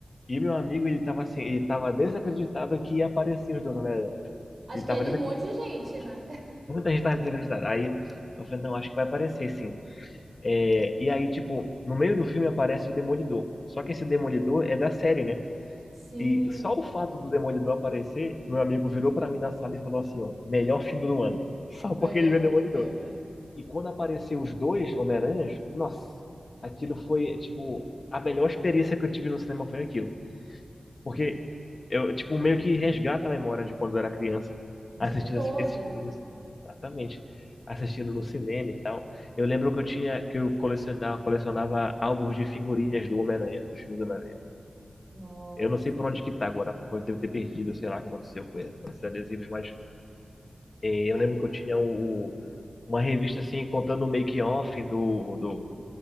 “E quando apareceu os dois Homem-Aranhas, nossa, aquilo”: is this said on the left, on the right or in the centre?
Left